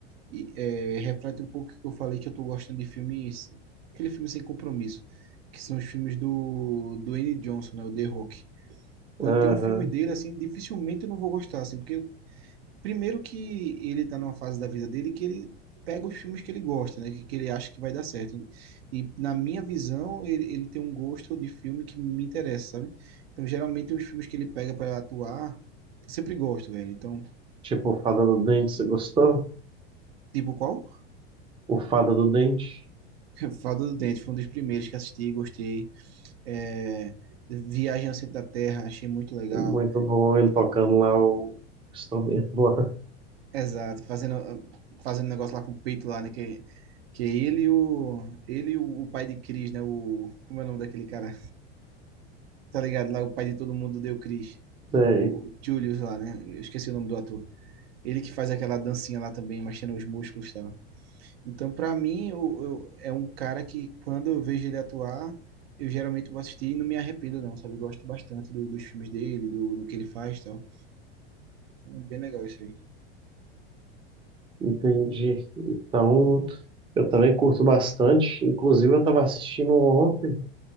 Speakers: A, on the right; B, on the right.
A: e, é, reflete um pouco o que eu falei que eu tô gostando de filmes, aquele filme sem compromisso, que são os filmes do do Dwayne Johnson, né, o The Rock. Quando
B: Aham.
A: tem um filme dele assim, dificilmente eu não vou gostar assim, porque primeiro que ele tá numa fase da vida dele que ele pega os filmes que ele gosta, né, que, que ele acha que vai dar certo. E na minha visão, ele, ele tem um gosto de filme que me interessa, sabe? Então, geralmente os filmes que ele pega para atuar, eu sempre gosto, velho. Então,
B: Tipo, o Fada do Dente, você gostou?
A: tipo qual?
B: O Fada do Dente,
A: <laughs> Fada do Dente foi um dos primeiros que assisti, gostei. É, Viagem ao Centro da Terra, achei muito legal.
B: é muito bom ele tocando lá o instrumento lá.
A: Exato, fazendo fazendo negócio lá com o peito lá, né? Que, que é ele e o ele e o, o pai de Chris, né? O como é o nome daquele cara? Tá ligado? Lá o pai de todo mundo deu Chris,
B: <laughs> Sei,
A: o Julius lá, né? Eu esqueci o nome do ator. Ele que faz aquela dancinha lá também, mexendo os músculos e tal. Então, pra mim, eu, eu- é um cara que quando eu vejo ele atuar, eu geralmente vou assistir e não me arrependo não, sabe? Gosto bastante do- dos filmes dele, do, do que ele faz, e tal. Então, é bem legal isso aí.
B: entendi. Então, eu também curto bastante. Inclusive, eu estava assistindo ontem,